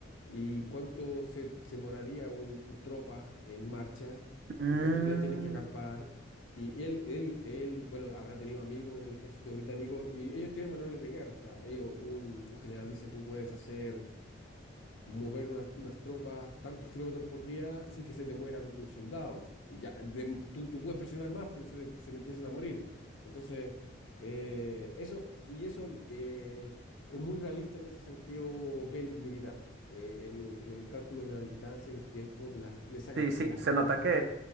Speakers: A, on the left; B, on the right.
A: y cuánto se, se moraría un, un tropa en marcha
B: Mm.
A: y cuántos días tienen que acampar. Y él, él, él, bueno, habrá tenido amigos en el ejército británico y ellos tienen manuales de guerra, o sea, ellos, un, un general dice, tú puedes hacer mover unas, unas tropas tantos kilómetros por día sin que se te mueran tus soldados. Ya, de- tú, tú puedes presionar más, pero se te, se te empiezan a morir. Entonces, eh, eso, y eso eh, es muy realista en ese sentido bel- militar, eh, en, en el cálculo de la distancia y los tiempos de, las, de, esa cam-
B: Sí,
A: de
B: sí,
A: las
B: se
A: mañas
B: nota
A: que
B: que,